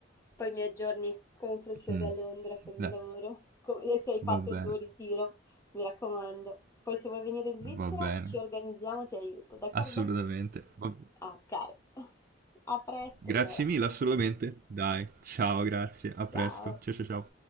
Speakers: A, on the left (about 15°); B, on the right (about 50°).
A: Poi mi aggiorni come procede
B: Mm,
A: a Londra con il
B: Dai,
A: lavoro, co- e se hai
B: va
A: fatto
B: bene,
A: il tuo ritiro, mi raccomando. Poi se vuoi venire in Svizzera
B: va bene,
A: ci organizziamo, ti aiuto, d'accordo?
B: assolutamente. va-
A: Ok, <laughs> a presto
B: Grazie
A: allora.
B: mille, assolutamente. Dai, ciao, grazie, a presto,
A: Ciao.
B: ciao ciao ciao.